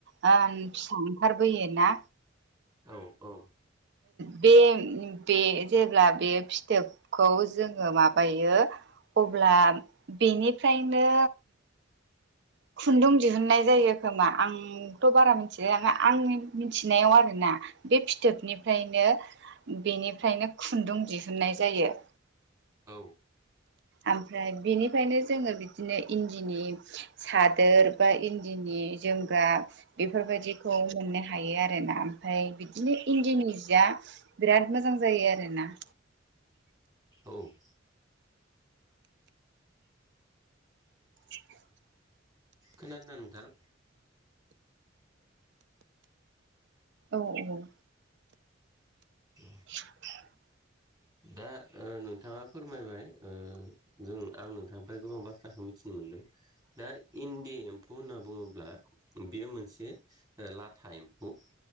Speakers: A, on the right (about 60°); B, on the right (about 20°).
A: फिसा ओंखारबोयोना
B: औ औ
A: बे बे जेब्ला बे फिथोबखौ जोङो माबायो अब्ला बेनिफ्रायनो खुन्दुं दिहुननाय जायो खोमा आं थ' बारा मिथिलायलाङा आंनि मिथिनायाव आरोना बे फिथोबनिफ्रायनो बेनिफ्रायनो खुन्दुं दिहुन्नाय जायो।
B: औ
A: ओमफ्राय बिनिफ्रायनो जोङो बिदिनो इन्दिनि सादोर बा इन्दिनि जोमग्रा बेफोरबायदिखौ मोननो हायो आरोना ओमफ्राय बिदिनो इन्दिनि जिया बिराद मोजां जायो आरोना
B: औ
A: <inaudible>
B: खोनादोंना नोंथां।
A: औ औ
B: औ
A: <unintelligible>
B: दा नोंथाङा फोरमायबाय जों आं नोंथांनिफ्राय गोबां बाथ्राखौ मिथिनो मोनदों दा इन्दि एम्फौ होनना बुङोब्ला बेयो मोनसे लाथा एम्फौ